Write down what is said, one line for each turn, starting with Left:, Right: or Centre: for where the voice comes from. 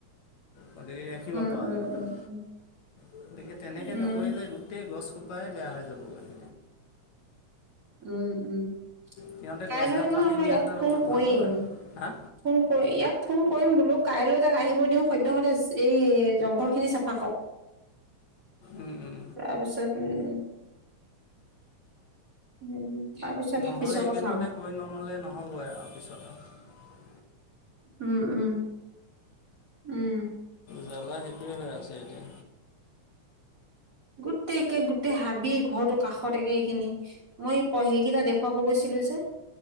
Left: গতিকে ৰাখিব
Right: উম
Left: পৰা
Right: - উম
Left: যাব
Right: - উম
Left: তাত
Right: - উম।
Left: গতিকে তেনেকে
Right: উম,
Left: নকৰিলে গোটেই গছ সোপাই বেয়া হৈ যাবগৈ।
Right: উম - উম
Left: সিহঁতে
Right: কাইলৈ
Left: গছডাল
Right: নহয়
Left: কাটি
Right: মই
Left: নিয়াহেঁতেন
Right: ইয়াক ফোন
Left: অলপ
Right: কৰিম।
Left: ভাল হ'লহেঁতেন হা
Right: ফোন কৰি ইয়াত ফোন কৰিম বোলো কাইলৈ তাক আহিব দিও সত্য সদ এই জংঘল খিনি চাফা কৰক।
Left: উম - উম।
Right: তাৰপিছত উম, উম- উম। তাৰপিছত
Left: নহ'লে
Right: পিছৰ
Left: এইকেইদিনতে
Right: কথা
Left: কৈ নল'লে নহ'বই আৰু পিছত আৰু।
Right: উম - উম - উম।
Left: জালা সেইটোয়ে হৈ আছে এতিয়া।
Right: গোটেই একে গোটেই হাবি ঘৰটোৰ কাষতে এইখিনি মই পঢ়িকেইটা দেখুৱাব গৈছিলো যে।